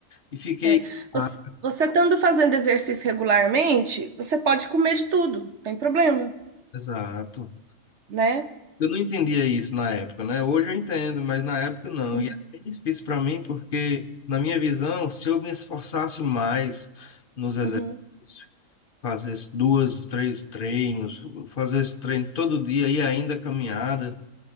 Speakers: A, on the left (about 50°); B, on the right (about 60°).
A: E fiquei.
B: É. Você,
A: Ah,
B: você estando fazendo exercício regularmente, você pode comer de tudo, não tem problema,
A: exato.
B: né?
A: Eu não entendia isso na época, né? Hoje eu entendo, mas na época não.
B: Uhum.
A: E era bem difícil para mim, porque, na minha visão, se eu me esforçasse mais nos exercícios,
B: Uhum.
A: fazer as duas, três treinos, fazer esse treino todo dia e ainda caminhada,